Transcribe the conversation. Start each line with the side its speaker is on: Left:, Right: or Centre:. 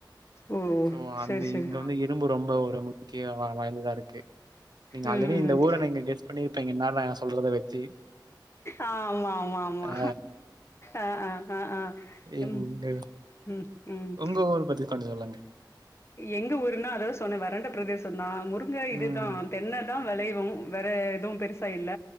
Left: ஓ
Right: சோ அந்த
Left: சரி, சரி.
Right: இங்க வந்து இரும்பு ரொம்ப ஒரு முக்கிய வாய்ந்ததா இருக்கு நீங்க
Left: ம்
Right: ஆல்ரெடி இந்த
Left: ம்
Right: ஊர நீங்க கெஸ் பண்ணியிருப்பீங்க நான் நான் சொல்றத வச்சு.
Left: ஆ ஆமா ஆமா ஆமா
Right: ஆ
Left: ஆ ஆ ஆ
Right: எங்க
Left: ம் ம் ம்
Right: உங்க ஊர் பத்தி கொஞ்சம் சொல்லுங்க.
Left: எங்க ஊருன்னா அதாவது சொன்னேன் வறண்ட பிரதேசம் தான் முருங்க இதுதான்
Right: ம்.
Left: தென்ன தான் விளைவவும் வேற எதுவும் பெருசா இல்ல